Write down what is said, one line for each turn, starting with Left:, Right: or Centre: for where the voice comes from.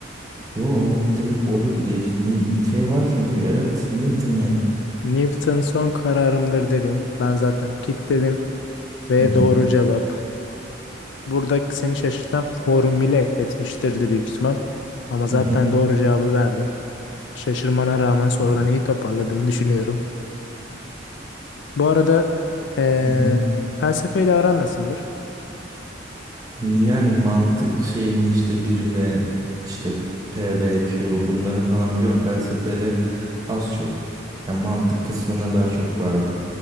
Right: Yo direkt odur diye düş- Ni- ni- şey var çünkü evet Newton ya.
Left: Newton son kararımdır dedin. Ben zaten kitledim ve
Right: Hı hı.
Left: doğru cevap. Burada seni şaşırtan formüle etmiştirdi büyük ihtimal. Ama zaten
Right: Hı hı.
Left: doğru cevabı verdin. Şaşırmana rağmen sorudan
Right: Ya.
Left: iyi toparladığını düşünüyorum. Bu arada eee
Right: Hı hı.
Left: felsefeyle aran nasıldır?
Right: Yani mantık şeyinin işte bir ve işte P ve Q bunları falan biliyorum felsefeyle az çok. Yani mantık kısmına daha çok vardım